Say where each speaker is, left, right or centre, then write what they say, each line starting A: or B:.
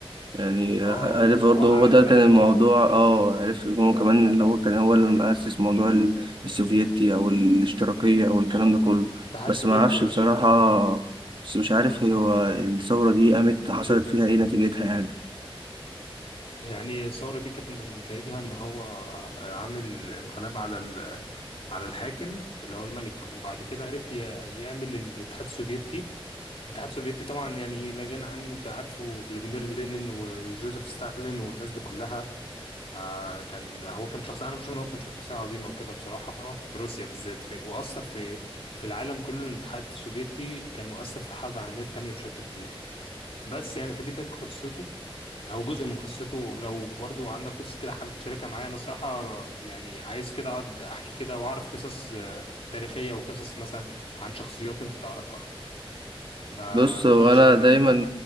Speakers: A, on the right; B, on the left.
A: يعني
B: اه
A: عارف برضه
B: وقع
A: هو ده
B: الملك
A: كان الموضوع اه عرفت إن هو كمان اللي هو كان هو اللي مؤسس موضوع ال- السوفيتي او الاشتراكية او الكلام ده كله
B: الاتحاد
A: بس
B: السوفيتي
A: ما اعرفش
B: ايوه
A: بصراحة
B: ايوه
A: بس مش عارف هي هو الثورة دي قامت حصلت فيها ايه نتيجتها يعني
B: يعني الثورة دي كانت من نتائجها إن هو عامل انقلاب على ال... على الحاكم اللي هو الملك وبعد كده عرف ي... يعمل الاتحاد السوفيتي الاتحاد السوفيتي طبعا يعني لا غنى عنه أنت عارفه فلاديمير لينين وجوزيف ستالين والناس دي كلها فكان هو كان شخص أنا بشوف إن هو كان شخصية عظيمة وكده بصراحة في روسيا بالذات في... وأثر في في العالم كله الاتحاد السوفيتي كان مؤثر في الحرب العالمية التانية بشكل كبير بس يعني فدي كانت قصته او جزء من قصته لو برضو عندك قصص كده حابب تشاركها معايا انا الصراحه يعني عايز كده اقعد احكي كده واعرف قصص آه، تاريخيه وقصص مثلا عن شخصيات انت تعرفها فتقدر
A: بص هو
B: تشاركني
A: انا دايما
B: بحاجه